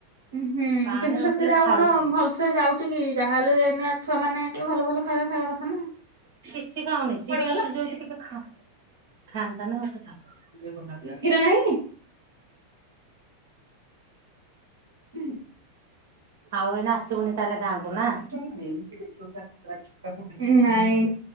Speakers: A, on the right; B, on the right.
A: ଉ ହୁଁ
B: ପାଣି
A: କିନ୍ତୁ
B: ନ
A: ସେଥିରେ
B: ପିଇଲେ
A: ଆଉ
B: ଠାରୁଛି।
A: କଣ ଭଲସେ ଯାଉ ଚିକି ଯାହେଲେ ଏଇନା ଛୁଆ ମାନେ ଟିକେ ଭଲ ଭଲ ଖାଇବା ଖାଇବା କଥା ନା।
B: ସିଛି ଖାଉନି ସିଝା
A: କୁଆଡେ ଗଲା?
B: ସୁଜି ଟିକେ ଖା ଖାଆନ୍ତାନା ଆଉ ତୁ ଯାହା
A: କ୍ଷୀର ନାହିଁ? ଉଁ ହୁ।
B: ଆଉ ଏଇନା ଆସିବୁନି ତାଏଲେ ଗାଁକୁ ନା?
A: <unintelligible> ନାଇଁ